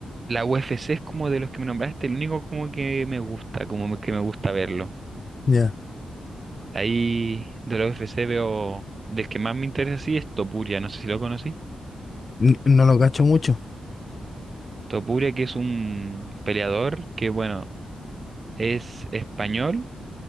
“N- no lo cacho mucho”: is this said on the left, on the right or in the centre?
Left